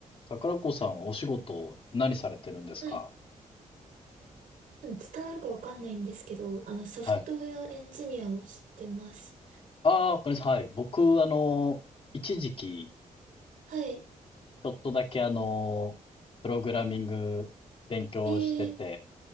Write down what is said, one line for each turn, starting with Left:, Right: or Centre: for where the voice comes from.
Left: 桜子さんはお仕事、何されてるんですか
Right: はい。多分伝わるかわかんないんですけど、あの、ソフトウェアエンジニアをしてます。
Left: はい。ああ、わかりました。はい。僕、あの、一時期、
Right: はい。
Left: ちょっとだけあの、プログラミング勉強してて、
Right: ええ、